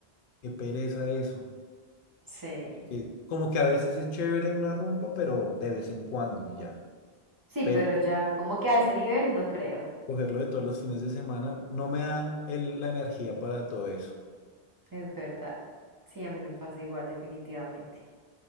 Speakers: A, on the left; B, on the right.
A: qué pereza eso.
B: Sí.
A: eh, como que a veces es chévere una rumba, pero de vez en cuando y ya.
B: Sí,
A: Pero
B: pero ya como que a ese nivel no creo.
A: cogerlo de todos los fines de semana no me da el- la energía para todo eso.
B: Es verdad. Sí, a mí me pasa igual, definitivamente.